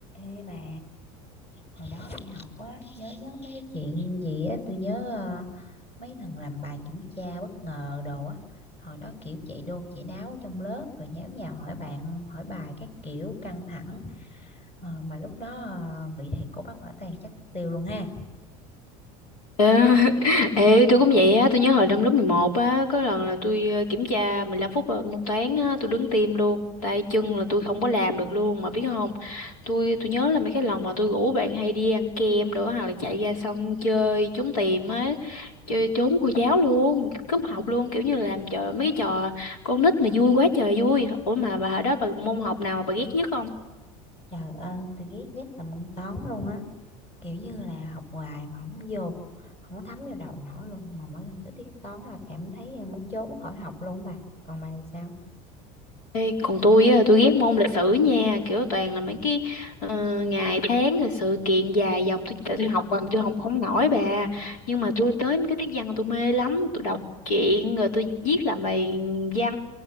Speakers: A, on the left; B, on the left.
A: Ê bà, hồi đó đi học á, nhớ nhớ mấy cái chuyện gì á, tôi nhớ ờ, mấy lần làm bài kiểm tra bất ngờ đồ á, hồi đó kiểu chạy đôn chạy đáo ở trong lớp rồi nháo nhào hỏi bạn, hỏi bài các kiểu căng thẳng, Ờ, mà lúc đó ờ, bị thầy cô bắt quả tang chắc tiêu luôn ha.
B: Ê, <laughs> ê, tôi cũng vậy á, tôi nhớ hồi năm lớp 11 á, có lần là tôi ờ, kiểm tra 15 phút ờ, môn toán á, tôi đứng tim luôn, tay chân là tôi không có làm được luôn mà biết không? Tôi tôi nhớ là mấy cái lần mà tôi rủ bạn hay đi ăn kem nữa hoặc là chạy ra sân chơi trốn tìm á, chơi trốn cô giáo luôn, cúp học luôn, kiểu như là làm trò mấy cái trò con nít mà vui quá trời vui. Ủa mà bà hồi đó bà môn học nào mà bà ghét nhất không?
A: Trời ơi, tôi ghét nhất là môn toán luôn á, kiểu như là học hoài mà không vô, không có thấm vô đầu nổi luôn, mà mỗi lần tới tiết toán là cảm thấy ờ, muốn trốn khỏi học luôn á bà. Còn bà thì sao?
B: Ê, còn tôi á, tôi ghét môn lịch sử nha, kiểu toàn là mấy cái ờ, ngày tháng rồi sự kiện dài dòng tôi tự tôi học bằng tôi không không nổi bà. Nhưng mà tôi tới mấy cái tiết văn là tôi mê lắm, tôi đọc truyện rồi tôi viết làm bài văn